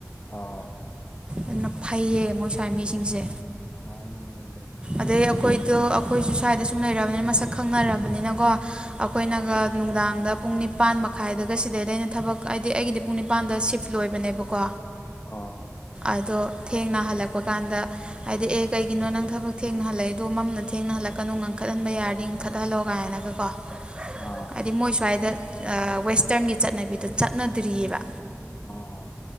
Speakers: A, on the left (about 30°); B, on the right (about 20°).
A: ꯑꯥ
B: ꯑꯗꯨꯅ ꯐꯩꯌꯦ ꯃꯣꯏ ꯁ꯭ꯋꯥꯏ ꯃꯤꯁꯤꯡꯁꯦ
A: ꯑꯣ ꯐꯥꯏꯅꯦ ꯑꯗꯨꯗꯤ
B: ꯑꯗꯩ ꯑꯩꯈꯣꯏꯗꯣ ꯑꯩꯈꯣꯏꯁꯨ ꯁ꯭ꯋꯥꯏꯗ ꯁꯨꯝ ꯂꯩꯔꯕꯅꯤꯅ ꯃꯁꯛ ꯈꯪꯅꯔꯕꯅꯤꯅ ꯑꯩꯈꯣꯏꯅꯒ
A: ꯑꯥ
B: ꯅꯨꯡꯗꯥꯡꯗ ꯄꯨꯡ ꯅꯤꯄꯥꯟ ꯃꯈꯥꯏꯗꯒ ꯁꯤꯗꯩꯗꯅ ꯊꯕꯛ ꯍꯥꯏꯗꯤ ꯑꯩꯒꯤꯗꯤ ꯄꯨꯡ ꯅꯤꯄꯥꯟꯗ ꯁꯤꯐ ꯂꯣꯏꯕꯅꯦꯕꯀꯣ
A: ꯑꯣ
B: ꯑꯗꯣ ꯊꯦꯡꯅ ꯍꯜꯂꯛꯄ ꯀꯥꯟꯗ ꯍꯥꯏꯗꯤ ꯑꯦ ꯀꯩꯒꯤꯅꯣ ꯅꯪ ꯊꯕꯛ ꯊꯦꯡꯅ ꯍꯜꯂꯛꯏꯗꯣ ꯃꯝꯅ ꯊꯦꯡꯅ ꯍꯜꯂꯛꯀꯅꯨ ꯈꯠꯍꯟꯕ ꯌꯥꯔꯗꯤ ꯈꯠꯍꯜꯂꯣ ꯀꯥꯏꯅꯒꯀꯣ
A: ꯑꯥ
B: ꯍꯥꯏꯗꯤ ꯃꯣꯏ ꯁ꯭ꯋꯥꯏꯗ ꯋꯦꯁꯇꯔꯟꯒꯤ ꯆꯠꯅꯕꯤꯗꯣ ꯆꯠꯅꯗ꯭ꯔꯤꯑꯕ
A: ꯑꯣ